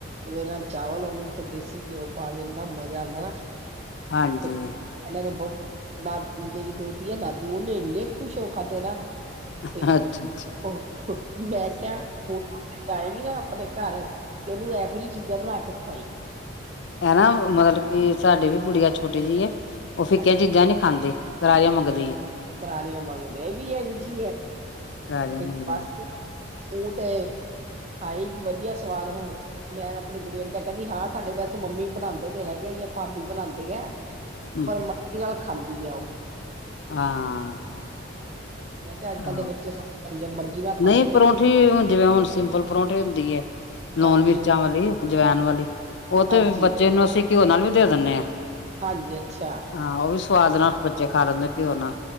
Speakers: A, on the right; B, on the left.
A: ਲੋਹੇ ਨਾਲ ਚਾਵਲ ਉਹਨੂੰ ਤੇ ਦੇਸੀ ਘਿਓ ਪਾ ਕੇ ਇੰਨਾ ਮਜ਼ਾ ਆਦਾ ਨਾ
B: ਹਾਂਜੀ।
A: ਤੇ ਇਹਨਾਂ ਨੇ ਬਹੁ ਨਾ ਮੇਰੀ ਦੋਤੀ ਹੈ ਨਾ ਦੋ ਉਹਨੇ ਇੰਨੇ ਖੁਸ਼ ਹੋਕੇ ਖਾਧੇ ਨਾ।
B: ਅੱਛਾ-ਅੱਛਾ
A: ਤੇ ਉਹ ਮੈਂ ਕਿਹਾ ਹੁਣ ਤੂੰ ਉੱਥੇ ਜਾਏਗੀ ਨਾ ਆਪਣੇ ਘਰ ਤੇ ਇਹਨੂੰ ਇਹੋ ਜਿਹੀਆਂ ਚੀਜ਼ਾਂ ਬਣਾ ਕੇ ਖਵਾਈ
B: ਹੈਨਾ ਮਤਲਬ ਕੀ ਸਾਡੇ ਵੀ ਕੁੜੀਆ ਛੋਟੀ ਜਿਹੀ ਹੈ। ਉਹ ਫਿਕੀਆ
A: ਅੱਛਾ
B: ਚੀਜਾ ਨੀ ਖਾਂਦੇ ਕਰਾਰੀਆ ਮੰਗਦੀ ਆ।
A: ਕਰਾਰੀਆਂ ਮੰਗਦੇ ਵੀ ਇਝ ਆ,
B: ਕਰਾਰੀਆਂ
A: ਤੇ
B: ਮੰਗਦੀ
A: ਬਸ
B: ਹੈ।
A: ਉਹਤੇ ਖਾਈ ਵਧੀਆ ਸਵਾਦ ਨਾ ਹੁਣ ਮੈਂ ਆਪਣੀ ਗ ਕੁੜੀਆਂ ਨੇ ਕਿਹਾ ਕਹਿੰਦੀ ਹਾਂ ਸਾਡੇ ਵੈਸੇ ਮੰਮੀ ਬਣਾਉਂਦੇ ਤੇ ਹੈਗੇ ਭਾਬੀ ਬਣਾਉਂਦੇ ਆ
B: ਹੂੰ
A: ਪਰ ਮਰਜ਼ੀ ਨਾਲ ਖਾਂਦੀ ਹੈ ਉਹ
B: ਹਾਂ।
A: ਹਾਂ ਮੈ ਕਿਹਾ ਅੱਜ
B: ਆਹੋ
A: ਕੱਲ੍ਹ ਦੇ ਬੱਚੇ ਸਾਰੇ ਮਰਜ਼ੀ ਨਾਲ ਖਾਂਦੇ
B: ਨਹੀਂ
A: ਜੇ
B: ਪਰੌਂਠੀ ਹੁਣ ਜਿਵੇਂ ਹੁਣ ਸਿੰਪਲ ਪਰੌਂਠੇ ਹੁੰਦੀ ਹੈ ਲੂਣ
A: ਹਾਂਜੀ
B: ਮਿਰਚਾਂ
A: ਹਾਂ
B: ਵਾਲੀ ਜਵੈਨ ਵਾਲੀ ਉਹ
A: ਹਾਂਜੀ
B: ਤੇ ਬੱਚੇ ਨੂੰ ਅਸੀਂ ਘਿਓ ਨਾਲ ਵੀ ਦੇ ਦਿੰਦੇ ਆ
A: ਹਾਂਜੀ ਅੱਛਾ
B: ਹਾਂ ਉਹ ਵੀ ਸਵਾਦ ਨਾਲ ਬੱਚੇ ਖਾ ਲੈਂਦੇ ਆ ਘਿਓ ਨਾਲ